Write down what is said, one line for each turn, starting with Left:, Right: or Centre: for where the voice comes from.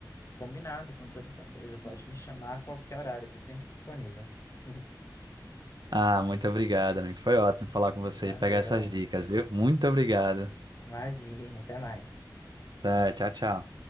Left: Combinado, com toda certeza. Pode me chamar a qualquer horário, eu tô sempre disponível. <laughs>
Right: Ah, muito obrigado, amigo. Foi ótimo falar com você
Left: Valeu.
Right: e pegar essas dicas, viu? Muito obrigado.
Left: Imagina, até mais.
Right: Tá, Tchau, tchau.